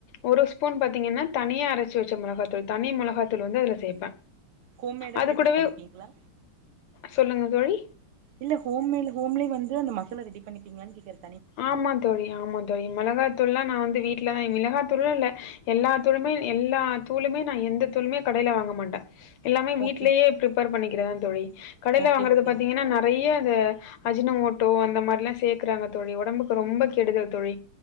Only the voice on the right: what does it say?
ஹோம்மேட்டா
ப்ரிப்பர்
பண்ணிப்பிங்களா
இல்ல ஹோமில ஹோம்லே வந்து அந்த மசாலா ரெடி பண்ணப்பீங்களான்னு கேக்குறே
ஓகே ஓ
ஓகே
ஓகேங்